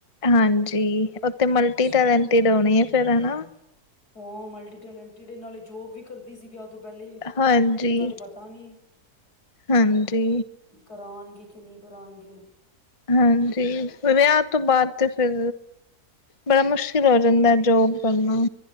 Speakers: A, on the left (about 25°); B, on the left (about 85°).
A: ਹਾਂਜੀ ਉੱਥੇ ਮਲਟੀ
B: ਚਲੋ
A: ਟੈਲੈਂਟਿਡ ਆਉਣੀ ਹੈ ਫਿਰ ਹਨਾ
B: ਉਹ ਮਲਟੀ ਟੈਲੈਂਟਿਡ ਇਹ ਨਾਲੇ ਜੋਬ ਵੀ ਕਰਦੀ ਸੀ ਵੀਆਹ ਤੋਂ ਪਹਿਲੇ
A: ਹਾਂਜੀ,
B: ਹੁਣ ਦਾ ਤੇ ਪਤਾ ਨਹੀਂ
A: ਹਾਂਜੀ
B: ਕਰਾਣਗੇ ਕਿ ਨਹੀਂ ਕਰਾਉਣਗੇ?
A: ਹਾਂਜੀ ਵਿਆਹ ਤੋਂ ਬਾਅਦ ਤੇ ਫਿਰ ਬੜਾ ਮੁਸ਼ਕਿਲ ਹੋ ਜਾਂਦਾ ਜੋਬ ਕਰਨਾ